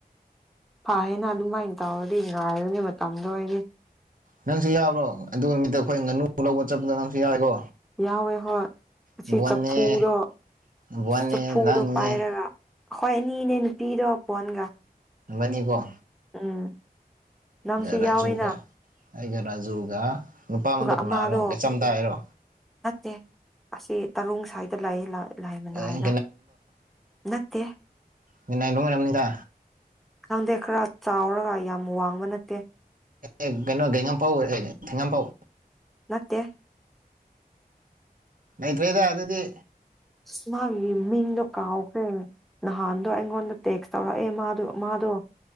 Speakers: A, in the centre; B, on the right.
A: ꯐ ꯍꯥꯏꯅ ꯑꯗꯨꯃꯥꯏꯅ ꯇꯧꯔꯗꯤ ꯉꯥꯏꯔꯅꯤ ꯃꯇꯝꯗꯣ ꯑꯣꯏꯗꯤ
B: ꯅꯪꯁꯨ ꯌꯥꯕ꯭ꯔꯣ ꯑꯗꯨ ꯅꯨꯃꯤꯠꯇ ꯑꯩꯈꯣꯏ ꯉꯥꯅꯨ ꯂꯧꯕ ꯆꯠꯄꯗ ꯅꯪꯁꯨ ꯌꯥꯏꯀꯣ
A: ꯌꯥꯎꯋꯦ ꯍꯣꯏ ꯁꯤ
B: ꯕꯣꯟꯅꯦ
A: ꯆꯐꯨꯗꯣ
B: ꯕꯣꯟꯅꯦ
A: ꯆꯐꯨꯗꯣ
B: ꯅꯪꯅꯦ
A: ꯄꯥꯏꯔꯒ ꯑꯩꯈꯣꯏ ꯑꯅꯤꯅꯦ ꯅꯨꯄꯤꯗꯣ ꯄꯣꯟꯣꯟꯒ
B: ꯕꯅꯤꯀꯣ
A: ꯎꯝ ꯅꯪꯁꯨ
B: ꯔꯥꯖꯨꯒ
A: ꯌꯥꯎꯏꯦꯅ
B: ꯑꯩꯒ ꯔꯥꯖꯨꯒ ꯅꯨꯄꯥ ꯑꯃꯗꯨ
A: ꯑꯃꯗꯣ
B: ꯅꯥꯔꯣꯒ ꯆꯝꯗꯥ ꯍꯥꯏꯔꯣ
A: ꯅꯠꯇꯦ ꯑꯁꯤ ꯑꯁꯤ ꯇꯔꯨ ꯁ꯭ꯋꯥꯏꯗ ꯂꯥꯛꯑ ꯂꯥꯏꯃꯅꯥꯏꯔ
B: ꯑꯦ
A: ꯅꯠꯇꯦ
B: ꯃꯤꯥꯏ ꯅꯣꯡꯉ ꯌꯥꯝꯃꯤꯗ
A: ꯈꯪꯗꯦ ꯈꯔ ꯆꯥꯎꯔꯒ ꯌꯥꯝ ꯋꯥꯡꯕ ꯅꯠꯇꯦ
B: ꯑꯦ ꯀꯩꯅꯣ ꯀꯩꯉꯄꯥꯎ ꯑꯦ ꯊꯦꯡꯉꯝꯄꯥꯎ
A: ꯃꯠꯇꯦ
B: ꯂꯩꯇ꯭ꯔꯩꯗ ꯑꯗꯨꯗꯤ
A: ꯁ ꯃꯥꯒꯤ ꯃꯤꯗ ꯀꯥꯎꯒꯦ ꯅꯍꯥꯟꯗꯣ ꯑꯩꯉꯣꯟꯗ ꯇꯦꯛꯁ ꯇꯧꯔꯛꯑꯦ ꯃꯥꯗꯣ ꯃꯥꯗꯣ